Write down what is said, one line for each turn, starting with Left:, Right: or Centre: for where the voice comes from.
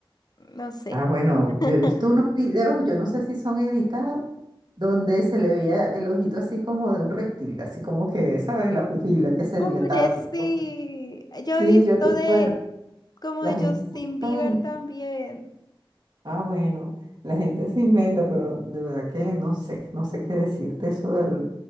Left: No sé.
Right: Ah, bueno,
Left: <laughs>
Right: yo he visto unos videos, yo no sé si son editados, donde se le veía el ojito así como de un reptil, así como que, ¿sabes? La pupila que se
Left: Oye,
Right: dilataba
Left: sí.
Right: y cosas.
Left: Yo
Right: Sí,
Left: he visto
Right: yo digo,
Left: de
Right: bueno,
Left: como
Right: la
Left: de
Right: gente
Left: Justin
Right: se
Left: Bieber
Right: inventa.
Left: también.
Right: Ah, bueno, la gente se inventa, pero de verdad que no sé, no sé qué decirte eso del-